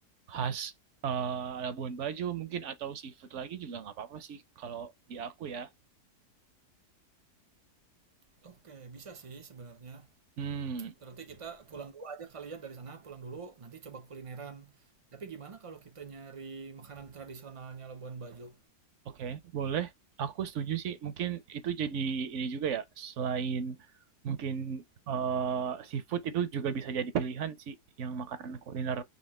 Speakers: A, on the right (about 65°); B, on the right (about 45°).
A: khas eh, Labuan Bajo mungkin atau seafood lagi juga nggak apa-apa sih kalau di aku ya.
B: Oke, bisa sih sebenarnya.
A: Hmm.
B: Berarti kita pulang dulu aja kali ya dari sana, pulang dulu, nanti coba kulineran. Tapi gimana kalau kita nyari makanan tradisionalnya Labuan Bajo?
A: Oke, boleh. Aku setuju sih. Mungkin itu jadi ini juga ya. Selain mungkin eh, seafood itu juga bisa jadi pilihan sih yang makanan kuliner